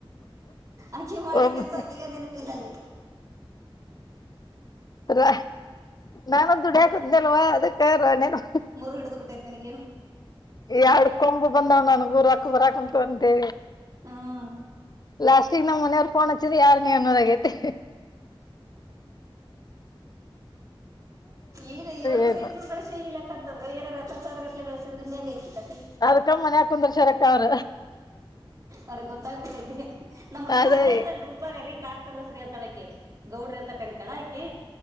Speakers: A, on the right (about 40°); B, on the left (about 45°).
A: ಆಕೆ ಮಾಡಿ
B: ಒಬ್
A: ಕೆಲ್ಸ ಆಕ ಈಗ ನೆನಪಿನಲ್ಲಿ
B: ರ ನಾನೊ ದುಡಿ ಹಾಕತಿದ್ದಲ್ವಾ ಅದಕ್ಕ ರಾಣೆನು
A: ಮೂರು ಹಿಡಿದು ಬಿಟ್ಟೈತ್ ನನಗೆ
B: ಎರಡು ಕೊಂಬು ಬಂದಾವ್ ನನ್ ರಕಂಬ ರಾಕಮ ತ ಅಂತೆ
A: ಹ್ಮ್
B: ಲಾಸ್ಟಿಗೆ ನಮ್ಮ್ ಮನೆಯವ್ರು ಫೋನ್ ಹಚ್ಚಿದ ಯಾರ ನೀ ಅನ್ನೋದಾಗೈತೆ
A: ಈಗ ಏಳ್ನೂರ
B: ಏನು
A: ಎಂಟನೂರು ಕಳೆ ಇಲ್ಲ ಕರ್ತದ್ರ ಏಾರರ ಹಪ್ಪತ್ತಾರು ಗಟ್ಲೆಳಸಿದ್ರ ಇನ್ಂ ಐತಿ ಕತಿ
B: ಅದ ಕಮ್ಮನ್ ಯಾಕುಂದ್ರ ಶರಕ ಅವ್ರ
A: ಅವ್ರಿಗೆ ಗೊತ್ತಾಗ್ಬಿಟ್ಟಿದ್ಿ ನಮ್ ಬಸ್ಮ
B: ಅದೇ
A: ಹಂಗೆ ಅಂತನ್ ರೂಪ ರೀ ಕಾರ್ ಕಲ್ಲಸ್ರೀ ಅಂತಳಕ್ಕೆ ಗೌಡ್ರ ಅಂತ ಕರಿತಾಳಾ ಆಕಿ